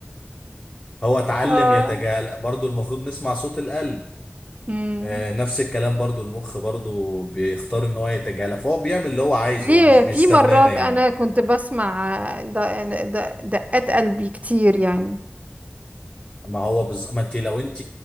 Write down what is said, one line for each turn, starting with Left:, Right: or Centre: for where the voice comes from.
Left: هو اتعلم
Right: اه
Left: يتجاهل برضو المفروض نسمع صوت القلب
Right: امم
Left: آه، نفس الكلام برضو المخ برضو بيختار ان هو يتجاهل فهو بيعمل اللي هو عايزه
Right: ليه
Left: هو مش بيستنانا
Right: في مرات
Left: يعني
Right: انا كنت بسمع د- د- دقات قلبي كتير يعني
Left: ما هو بز... ما انت لو انت